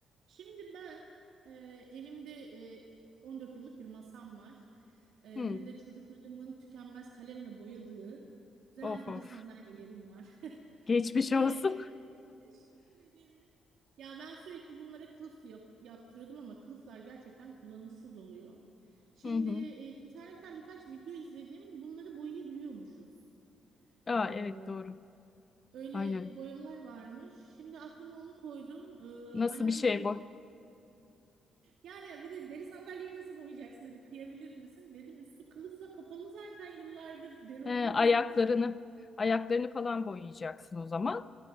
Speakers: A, on the right (about 75°); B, on the left (about 35°).
A: Şimdi ben e, evimde e, 14 yıllık bir masam var. E,
B: Hı.
A: bir de çocuklarımın tükenmez kalemle boyadığı güzel
B: Of
A: deri
B: of.
A: sandalyelerim var. <laughs>
B: Geçmiş
A: Ve
B: olsun.
A: e, Teşekkür ederim. ya ben sürekli bunlara kılıf yap, yaptırıyordum ama kılıflar gerçekten kullanışsız oluyor. Şimdi
B: <laughs> Hı hı.
A: e, internetten birkaç video izledim. Bunları boyayabiliyormuşuz.
B: Aa,
A: E,
B: evet doğru.
A: öyle
B: Aynen.
A: boyalar varmış. Şimdi aklıma onu koydum. E,
B: Nasıl
A: annem
B: bir şey
A: dedi
B: bu?
A: Yani bir de deri sandalyeyi nasıl boyayacaksın dedi. Kıyabilir misin? Dedim üstü kılıfla kapalı zaten yıllardır. Deri
B: Ee,
A: olduğu
B: ayaklarını
A: bile gözük.
B: ayaklarını falan boyayacaksın o zaman.